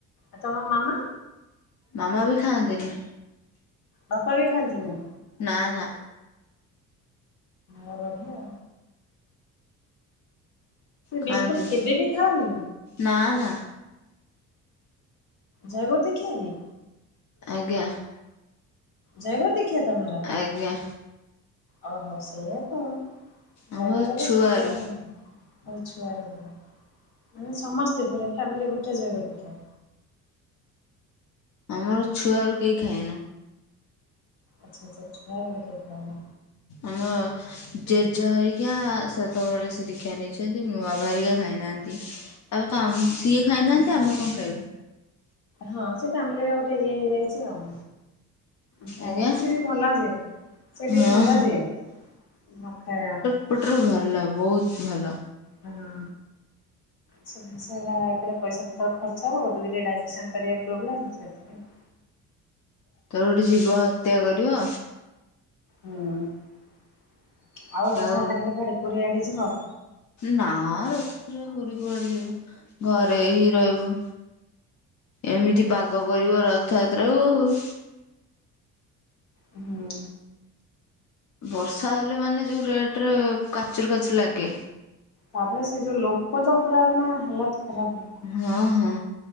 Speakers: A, on the left; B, on the left.
A: ଆଉ ତମ ମାମା?
B: ମାମା ବି ଖାନ୍ତିନି।
A: ବାପା ବି ଖାନ୍ତି ନି।
B: ନା ନା।
A: ଆ ବଢିଆ।
B: ଖାଆନ୍ତିନି
A: ବିଲକୁଲୁ କେବେ ବି ଖାଅନି?
B: ନା ନା।
A: ଜାୟଗୁରୁ ଫିକ୍ଷୀଆ କି?
B: ଆଜ୍ଞା।
A: ଜୟଗୁଋ ଦିଖିଆ ତମର?
B: ଆଜ୍ଞା।
A: ଓହୋ ସେଇଆ ତ
B: ଆମ
A: ଜୟଗୁରୁ
B: ଛୁଆରୁ
A: ଶିଖିବାଲା ଶୁକ୍ରର ବାରେ ଖା ନ୍ତିନି। ଛୁଆବେଳୁ ଦିନୁ ମୁ କହିଲି ମାନେ ସମସ୍ତେ ପୁରା ଫାମିଲି ଗୋଟେ ଜୟ ଗୁରୁ ଦୀକ୍ଷା।
B: ଆମର ଛୁଆରୁ କେହି ଖାଇଏନୁ।
A: ଆଚଛା ଆଚଛା ଛୁଆ ବେଳେ କେବେ ଖାଇାନ।
B: ଆମ ଜେଜ ହେରିକା ସ ଶେତ ବେଳେ ଦିଖିଆ ନେଇଛନ୍ତି ମୋ ବାବାହେରିକା ଖାଇନାହାନ୍ତି। ତାପରେ ତ ସିଏ ଖାଇନାହାନ୍ତି ଆମେ କଣ ଖାଇବୁ।
A: ହଁ ସେ ଫ୍ୟାମିଲି ରେ ଗୋଟେ ଇଏ ହେଇଯାଇଛି ଆଉ। ଖିଆ
B: ଆଜ୍ଞା
A: ହଉନି ସିଏ ବି ଭଲ ଯେ ସି ବି
B: ହଁ
A: ଭଲ ଯେ ନ ଖାଇବା।
B: ଏପଟରୁ ଭଲ ବହୁତ ଭଲ।
A: ହଁ। ସବୁ ଜିନିଷଗୁରା ଏକରେ ପଇସା ପତ୍ର ଖର୍ଚ୍ଚ ହେବ ଆଉ ଦୁଇରେ ଡାଇଜେସନ୍ କରିବାକୁ ପ୍ରୋବ୍ଲେମ୍ ସେଥିାଇଁ। <inaudible>
B: ତାର ଗୋଟେ ଯିବ ହତ୍ୟା କରିବ
A: ହୁଁ ଆଉ ରଥଯାତ୍ରାରେ
B: ଆଉ
A: କୁଆଡେ ପୁରୀଆଡେ ଯିବ?
B: ନା ଆ ରଥରେ ଯାତ୍ରାରେ ପୁରୀ କୁଆଡେ ଯିବୁ ଘରେ ଏହି ରହିବୁ। ଏମିତି ପାଗ କରିବ ରଥଯାତ୍ରାକୁ-ଉ
A: ହୁଁ।
B: ବର୍ଷା ହେଲେ ମାନେ ଯୋଉ ରେଟରେ କାଚୁର କାଚୁର ଲାଗେ
A: ତାପରେ ସେ ଯୋଉ ଲୋକ ତ ପୁରା ମାନେ ହାଲତ ଖରାପ ଲୋକ
B: ହଁ ହଁ।